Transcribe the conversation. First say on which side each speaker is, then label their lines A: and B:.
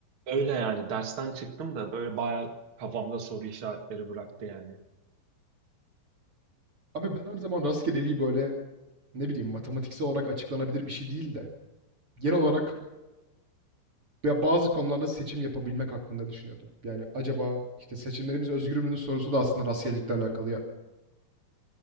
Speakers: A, on the right; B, on the right.
A: Öyle yani dersten çıktım da böyle bayağı kafamda soru işaretleri bıraktı yani.
B: Abi ben her zaman rastgeleliği böyle ne bileyim matematiksel olarak açıklanabilir bir şey değil de genel olarak ya bazı konularda seçim yapabilmek hakkında düşünüyordum. Yani acaba işte seçimlerimiz özgür müdür sorusu da aslında rastgelelikle alakalı ya.